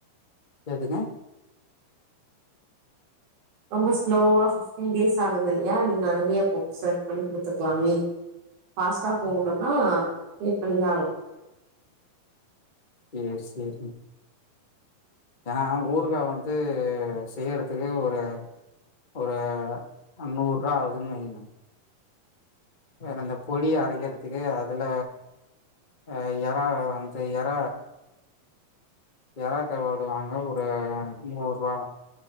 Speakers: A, on the left; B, on the right.
A: கேட்குதா
B: ரொம்ப ஸ்லோவா பிப்டீன் டேஸ் ஆகுதே இல்லையா நீங்க அதுலே செலக்ட் பண்ணி குடுத்துக்கலாமே பாஸ்ட்டா போகணும்னா பே பண்ணி தான் ஆகணும்
A: செரி செரி ஏன்னா ஹ ஊறுகா வந்து செய்றதுக்கு ஒரு ஒரு நூறுரூபா ஆகுதுன்னு வைங்க ஹ அந்த பொடிய அரைக்கிறதுக்கு அதுல ஹ எற அஅந்து எற இறாகருவாடு வாங்க ஒரு நூறுவா